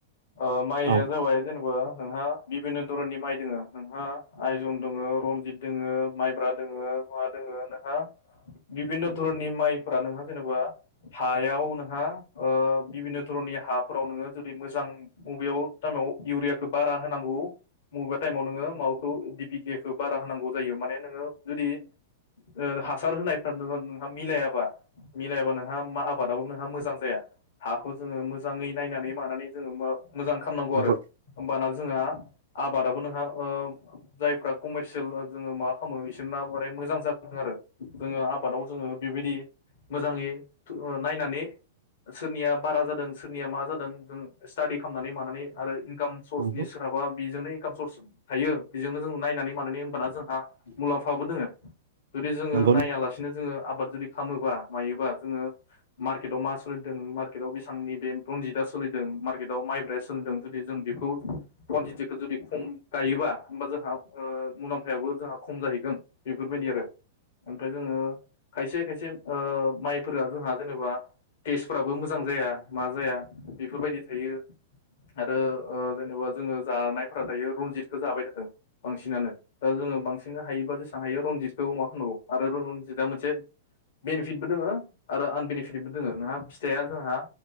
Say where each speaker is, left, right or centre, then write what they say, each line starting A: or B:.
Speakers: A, on the left; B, on the right.
A: ओह माइया
B: औ
A: जाबाय जेनेबा नोंहा बिभिन्न' धरननि माइ दोङो नोंहा आयजन दोङो रनजित दोङो माइब्रा दोङो मा दोङो नोंहा बिभिन्न' धरननि माइफोरा नोंहा जेनेबा हायाव नोंहा ओह बिभिन्न' धरननि हाफोराव नोङो जुदि मोजां बबेयाव टामाव इउरियाखौ बारा होनांगौ मबेबा टाइमाव नोङो माबाखौ डि पि के खौ बारा होनांगौ जायो माने नोङो जुदि ओह हासार होनायफा हा मिलायाबा मिलायाबा नोंहा मा आबादाबो नोंहा मोजां जाया । हाखौ जोङो मोजाङै नायनानै मानानै जोङो मा मोजां खालामनांगौ
B: नंगौ
A: आरो होमबाना जोंहा आबादाबो नों फ्रा ओह जायफोरा कमारसियेल जोङो माबा खालामो बिसोरना बारे मोजां जाखांङो आरो जोङो आबादाव जोङो बेबायदि मोजाङै ओह नायनानै सोरनिया बारा जादों सोरनिया मा जादों जों स्टाडि खालामनानै मानानै आरो इनकाम सर्सनि
B: नंगौ
A: सोरहाबा बेजोंनो इनकाम सर्स थायो बेजोंनो जों नायनानै मानानै होनोमबाना जोंहा मुलाम्फाबो दोङो । जुदि जोङो
B: नंगौ
A: नायालासिनो जोङो आबाद जुदि खामोबा मायोबा जोङो मार्केटआव मा सोलिदों मार्केटआव बेबांनि बे रनजितआ सोलिदों मार्केटआव माइब्राया सोलिदों जुदि जों बेखौ कुवानटिटिखौ जुदि खम गायोबा हबा जोंहा ओह मुलाम्फायाबो जोंहा खम जाहैगोन बेफोरबायदि आरो ओमफ्राय जोङो खायसे खायसे ओह माइफोरा जोंहा जेनेबा टेस्टफ्राबो मोजां जाया मा जाया बेफोरबायदि थायो आरो ओह जेनेबा जोङो जानायफोरा दायो रनजितखौजाबाय थाथों बांसिनानो दा जोङो बांसिन हायोबा जेसेबां हायो रनजितखौ मा खालामनांगौ आरो रनजितआ मोनसे बेनिफिटबो दोङो आरो आनबेनिफिटबो दोङो नोंहा फिथाइया जोंहा